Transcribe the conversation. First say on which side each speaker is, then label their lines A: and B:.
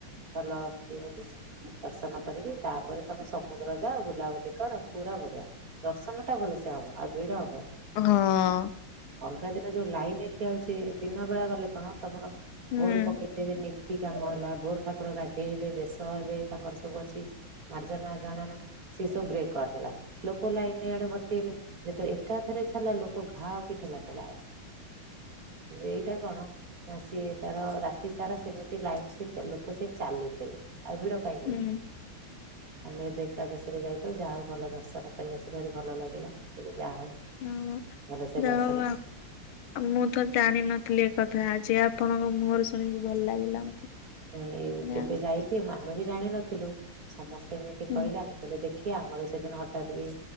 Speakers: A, on the right; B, on the left.
A: ଭଲ ଦେହ ଟି? ଦର୍ଶନ କରିକି, ତାପରେ ତମେ ସମୁଦ୍ର ଯାଅ, ବୁଲାବୁଲି କର, ପୁରା ବଢିଆ। ଦର୍ଶନଟା ଭଲସେ ହବ, ଆଉ ଭିଡ ହବନି।
B: ହଁ
A: ଅଲଗା ଦିନ ଯୋଉ ଲାଇନ ଏଠି ଆଉଛି, ଦିନ ବେଳା ଗଲେ କଣ ତମର
B: ହୁଁ
A: ଭୋର ପକେଇ ଏବେ ନୀତି କାମ ହେଲା, ଭୋରୁ ଠାକୁର ଗାଧେଇବେ, ବେଶ ହେବେ, ତାଙ୍କର ସବୁ ଅଛି। ମାର୍ଜନା ଜଣାଣ ସିଏ ସବୁ ବ୍ରେକ୍ କରିଦେଲା। ଲୋକ ଲାଇନରେ ଆଡେ ଭର୍ତ୍ତି ହେଲେ, ଯେତେବେଳେ ଏକାଥେରେ ଛାଡିଲା ଲୋକ ଘାଉ କି ଠେଲା ପେଲା ହେଲେ। କିନ୍ତୁ ଏଇଟା କଣ, ନା ସିଏ ତାର ରାତି ସାରା ସେମିତି ଲାଇନ ସାଇନ୍ ଚାଲୁ ସେ ସେଇଟି ଚାଲିଥିବେ, ଆଉ ଭିଡ କାହିଁ ହେବେ।
B: ହୁଁ।
A: ଆମେ ଏବେ ଏକାଦଶୀରେ ଯାଇଥି ଯାହାହଉ ଭଲ ଦର୍ଶନ କରି ଆସିବାରୁ ଭଲ ଲାଗିଲା। ମୁଁ କହିଲି ଯା ହଉ।
B: ହୁଁ
A: ଭଲସେ
B: ଯା
A: ଦର୍ଶନ
B: ହଉ ଆ ମୁଁ ତ ଜାଣିନଥିଲି ଏ କଥା, ଆଜି ଆପଣଙ୍କ ମୁହଁରୁ ଶୁଣିକି ଭଲ ଲାଗିଲା ମତେ।
A: ନାଇଁ ଏ
B: ଯା
A: କେବେ ଯାଇଥିବୁ ଆମେ ବି ଜାଣିନଥିଲୁ, ସମସ୍ତେ ଏମିତି
B: ହୁଁ
A: କହିଲେ ଆମେ କହିଲେ ଦେଖିଆ, ଆମର ସେଦିନ ହଠାତ୍ ଏଇ